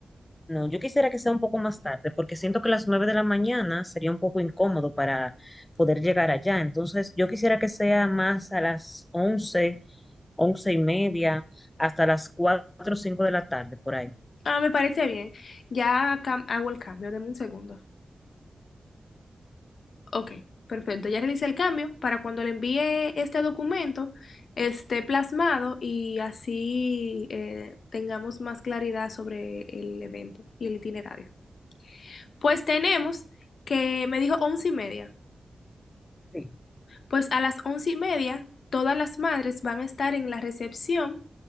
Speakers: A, on the left; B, on the left.
A: No, yo quisiera que sea un poco más tarde, porque siento que las nueve de la mañana sería un poco incómodo para poder llegar allá. Entonces, yo quisiera que sea más a las once, once y media, hasta las cuatro o cinco de la tarde, por ahí.
B: Ah, me parece bien. Ya cam- hago el cambio. Deme un segundo. Ok, perfecto. Ya realicé el cambio para cuando le envíe este documento esté plasmado y así eh, tengamos más claridad sobre el evento y el itinerario. Pues tenemos que me dijo once y media.
A: Sí.
B: Pues a las once y media todas las madres van a estar en la recepción